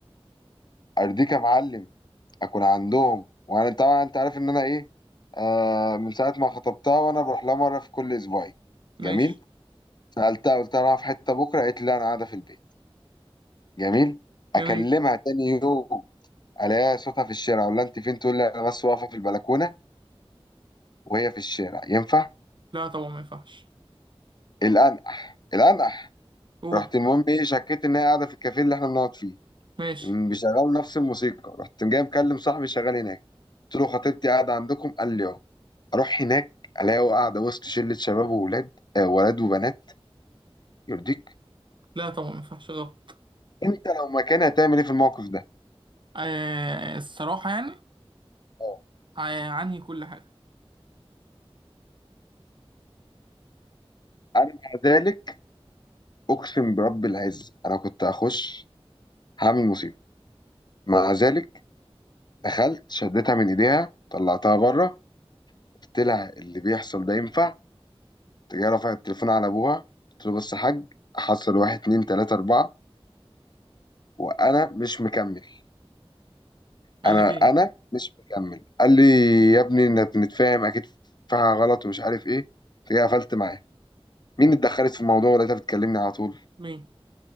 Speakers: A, on the left; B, on the right.
A: ارضيك يا معلم اكون عندهم وانا طبعا انت عارف ان انا ايه آه من ساعه ما خطبتها وانا بروح لها مره في كل اسبوعين
B: ماشي
A: جميل سالتها قلت لها رايحة في حته بكره قالت لي لا انا قاعده في البيت جميل اكلمها
B: جميل
A: تاني يوم الاقيها صوتها في الشارع اقول لها انت فين تقول لي انا بس واقفه في البلكونه وهي في الشارع ينفع
B: لا طبعا ما ينفعش
A: الانقح الانقح
B: قول
A: رحت المهم ايه شكيت ان هي قاعده في الكافيه اللي احنا بنقعد فيه
B: ماشي
A: بيشغلوا نفس الموسيقى رحت جاي مكلم صاحبي شغال هناك قلت له خطيبتي قاعده عندكم قال لي اه اروح هناك الاقيه قاعده وسط شله شباب وولاد آه ولاد وبنات يرضيك
B: لا طبعا ما ينفعش غلط
A: انت لو مكاني هتعمل ايه في الموقف ده
B: آه الصراحه يعني
A: آه.
B: آه عنهي كل حاجه
A: انا مع ذلك اقسم برب العزه انا كنت هخش هعمل مصيبه مع ذلك دخلت شدتها من ايديها طلعتها بره قلت لها اللي بيحصل ده ينفع تجي رفعت التليفون على ابوها قلت له بص يا حاج حصل واحد اتنين تلاته اربعه وانا مش مكمل
B: قال
A: انا
B: لك ايه
A: انا مش مكمل قال لي يا ابني انت نتفاهم اكيد فيها غلط ومش عارف ايه قلت له قفلت معاه مين اتدخلت في الموضوع ولا انت بتكلمني على طول
B: مين